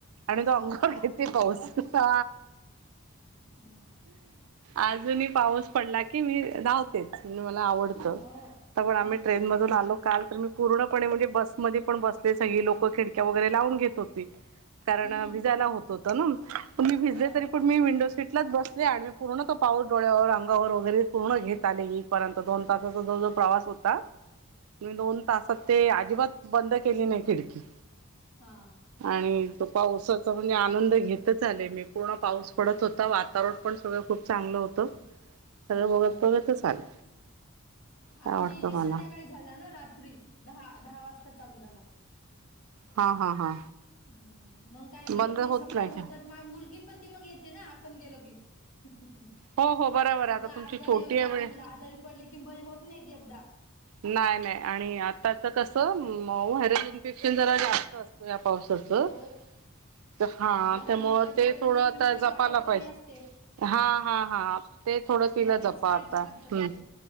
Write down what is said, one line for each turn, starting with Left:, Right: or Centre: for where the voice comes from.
Right: आणि तो
Left: हो
Right: अंग
Left: का?
Right: किे पाोस ह
Left: हं,
Right: अजूनही पाऊस पडला की मी धावतो <unintelligible> मला आवडत
Left: हो.
Right: तर पण आम्ही
Left: हं,
Right: ट्रेन मधून आलो काल तर मी पूर्णपणे म्हणजे बसमध्ये पण बसले सगळी लोक खिडक्या वगैरे लावून घेत होती कारण
Left: हं.
Right: भिजायला होत होत ना तुम्ही भिजले
Left: हां,
Right: तरी पण मी विंडो सीटलाच बसले आणि मी पूर्ण तो पाऊस डोळ्यावर अंगावर वगैरे पूर्ण घेत आले र्यंत दोन तासाचा जो जो प्रवास होता <unintelligible> <unintelligible>
Left: <unintelligible> <unintelligible> <unintelligible>
Right: म दोन तासात ते अजिबात बंद केली नाही खिडकी
Left: हा
Right: आणि तो पावसाचा म्हणजे आनंद घेतच आले मी पूर्ण पाऊस पडत होता वातावरण पण सगळं खूप चांगलं होतं
Left: <unintelligible>
Right: <unintelligible> सगळं
Left: हो
Right: बघत बघतच आले काय
Left: आमच्या
Right: वाटतं
Left: इथे संध्याकाळी
Right: मला
Left: झाला ना रात्री दहा दहा वाजता चालू झाला.
Right: हा हा हा!
Left: हम् मग काय गेलोच
Right: बंद
Left: नाही
Right: होत
Left: सकाळी होतात
Right: का
Left: मग मुलगी पण ती मग येते ना आपण गेलो की. <unintelligible>
Right: हो हो बरोबर आहे.
Left: उग
Right: आता
Left: आजारी
Right: तुमची छोटी
Left: लहान
Right: आहे म्हणे
Left: मुलं आजारी पडली कि बरी होत नाहीत एकदा.
Right: नाय नाय आणि आ त्याच कसं मऊ व्हायरल इन्फेक्शन जरा जास्त असत या पाऊसा च
Left: हो लहान
Right: त्यामुळ
Left: मुलाची
Right: ते
Left: पहिलेच
Right: थोडं
Left: इम्युनिटी
Right: आता जपायला
Left: पॉवर कमी
Right: पाहिजे.
Left: असते.
Right: हा हा हा! ते थोडं तिला
Left: लगेच
Right: जपा
Left: कॅच
Right: आता
Left: करतात
Right: हम्म
Left: ते.